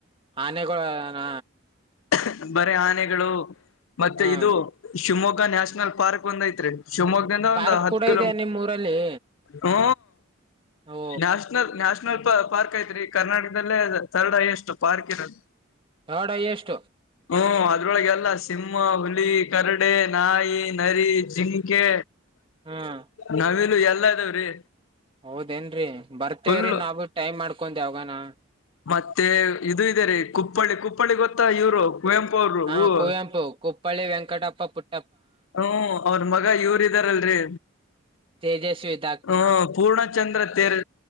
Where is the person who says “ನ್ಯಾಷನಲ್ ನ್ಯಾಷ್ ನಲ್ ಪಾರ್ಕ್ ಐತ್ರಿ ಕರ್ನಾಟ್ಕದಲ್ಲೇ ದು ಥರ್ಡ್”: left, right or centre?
Left